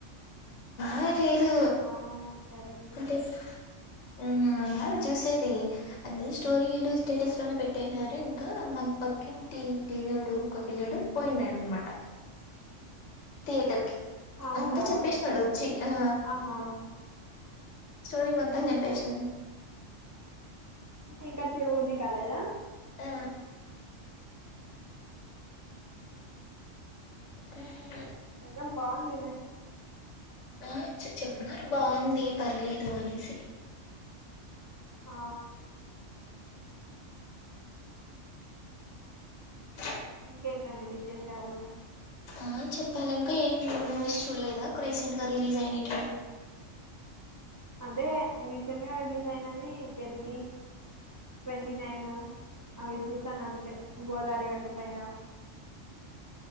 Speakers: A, on the left (about 70°); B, on the right (about 20°).
A: అ లేదు
B: ఆ సరే చూడు
A: అంటే ఉహుమ్ అది చూసేది అందరు స్టోరీలు స్టేటస్ లోనే పెట్టేనారు ఇంకా మాకు పక్కింటి దినోడు ఒకపిల్లోడు పోయినాడాన్నమాట థియేటర్ కి
B: అవునా
A: అంతా చెప్పేసినాడు వచ్చి ఆ
B: ఆహా
A: స్టోరీ మొత్తం చెప్పేసినాడు
B: ఇంకా చూడుబుద్దిి కాలేదా
A: ఆ అ
B: అయినా బావుందిలే
A: ఆ చెప్న్నారు బాగుంది పర్లేదు అనేసి
B: ఆ
A: ఆ
B: ఇంకేంటండి విశేషాలు
A: ఆ చెప్పాలి ఇంకా ఏం మూవీస్ చూడలేదా రీసెంట్ గా రిలీజ్ అయినటివి
B: అదే రీసెంట్ గా రిలీజ్ అయినవి పెది ట్వంటీ నైన్ అవి చూసాను అంతే గోదావరి గట్టు పైన